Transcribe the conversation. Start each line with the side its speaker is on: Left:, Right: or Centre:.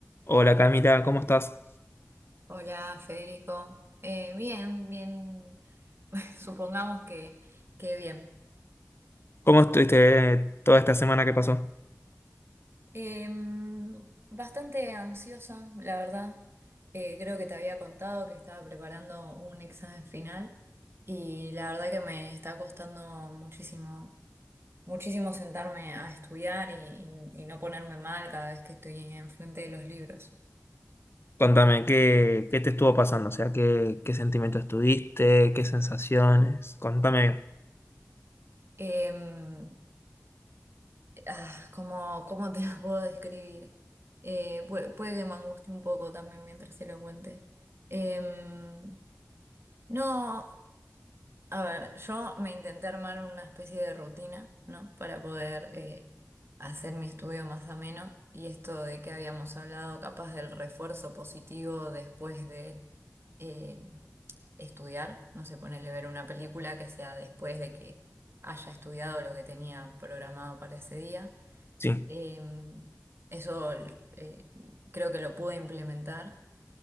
Left: Hola Camila, ¿cómo estás?
Right: Hola, Federico. Eh, bien, bien, <laughs> supongamos que, que bien.
Left: ¿Cómo estuviste toda esta semana que pasó?
Right: Em, bastante ansiosa, la verdad. Eh, creo que te había contado que estaba preparando un examen final y la verdad que me está costando muchísimo, muchísimo sentarme a estudiar y, y- y no ponerme mal cada vez que estoy enfrente de los libros.
Left: Contame, ¿qué, qué te estuvo pasando? O sea, ¿qué, qué sentimientos tuviste? ¿Qué sensaciones? Contame bien.
Right: Em, Ah, ¿cómo, cómo te lo puedo describir? Eh, puede, puede que me angustie un poco también mientras se lo cuente. Em, no, a ver, yo me intenté armar una especie de rutina, ¿no? Para poder eh, hacer mi estudio más ameno y esto de que habíamos hablado, capaz del refuerzo positivo después de eh, estudiar, no sé, ponerle ver una película que sea después de que haya estudiado lo que tenía programado para ese día.
Left: Sí,
Right: Em, eso eh, creo que lo pude implementar,